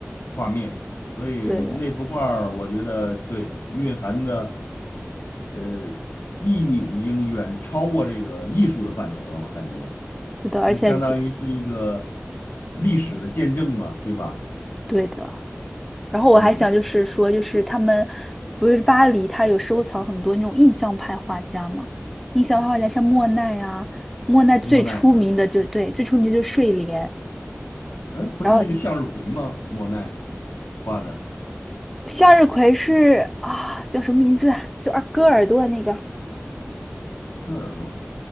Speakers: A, on the left (about 80°); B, in the centre.
A: 画面，所以那幅画儿我觉得对蕴含的
B: 对的，
A: 呃意义已经远超过这个艺术的范畴了，我感觉
B: 是的，而且
A: 那相当于是一个历史的见证嘛，对吧？
B: 对的。然后我还想就是说，
A: 嗯，
B: 就是他们不是巴黎，他有收藏很多那种印象派画家嘛？印象派画家像莫奈啊，莫奈最出名的就是对，
A: 莫奈，嗯，
B: 最出名的就是睡莲。
A: 哎，不是那个向日葵吗？
B: 然后
A: 莫奈画的
B: 向日葵是啊，叫什么名字啊？就二割耳朵的那个，
A: 割耳朵。